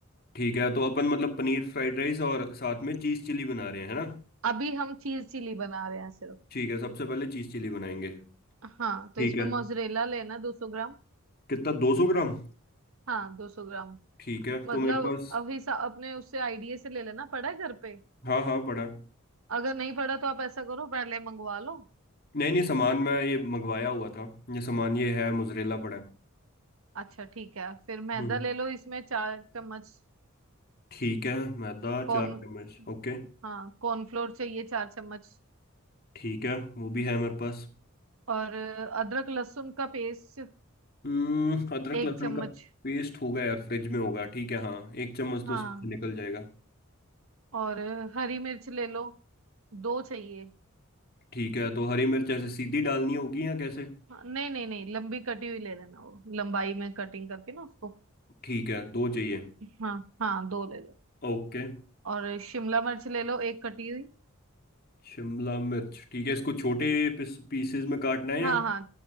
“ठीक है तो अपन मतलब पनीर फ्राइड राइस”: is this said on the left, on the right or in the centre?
Left